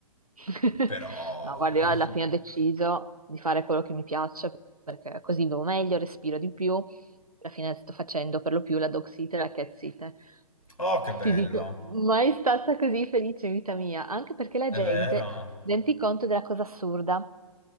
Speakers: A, on the right (about 85°); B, on the left (about 80°).
A: <laughs>
B: Però...
A: No, guarda, io alla fine ho deciso di fare quello che mi piace perché così vivo meglio, respiro di più. Alla fine sto facendo per lo più la dog sitter e la cat sitter.
B: Oh, che bello!
A: Ti dico, mai stata così felice in vita mia, anche perché la
B: È
A: gente
B: vero?
A: rende conto della cosa assurda.